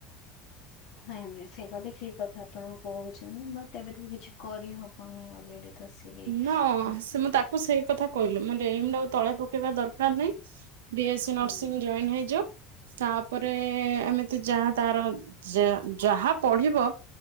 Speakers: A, on the right (about 70°); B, on the left (about 60°).
A: ହଁ <inaudible>
B: ନାଇଁ ନାଇଁ ସେଇଟା ତ ଠିକ କଥା ଆପଣ କହୁଛ ବଟ ଏବେ ତ କିଛି କରିହବନି ଅଲରେଡି ତ ସିଏ
A: ନା
B: ହଁ
A: ସେ ମୁଁ ତାକୁ ସେଇ କଥା କହିଲି ମେ ଏମ ଆଉ ତଳେ ପକେଇବା ଦରକାର ନାହିଁ ବି ଏସ୍ ସ ନର୍ସିଂ
B: ହୁଁ
A: ଜଏନ୍ ହେଇଯ ତାପରେ ଏମିତି ଯାହା ତାର ଯାହା ପଢିବ